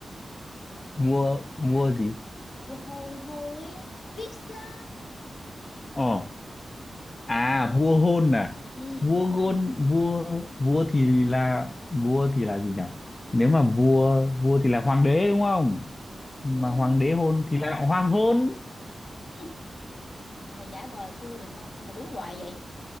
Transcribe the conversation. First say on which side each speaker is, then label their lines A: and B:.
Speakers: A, on the left; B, on the left.
A: Vua, vua gì?
B: vua hôn hôn ấy kiss á
A: Ờ,
B: gọi
A: à,
B: là gì
A: vua hôn à?
B: ừ,
A: Vua
B: vua hôn
A: gôn, vua, vua thì là, vua thì là gì nhỉ? Nếu mà vua, vua thì là hoàng đế đúng không? mà
B: ừ.
A: hoàng đế hôn thì lại hoàng hôn
B: hừ, mày giả vờ thua được không sao mày đúng hoài vậy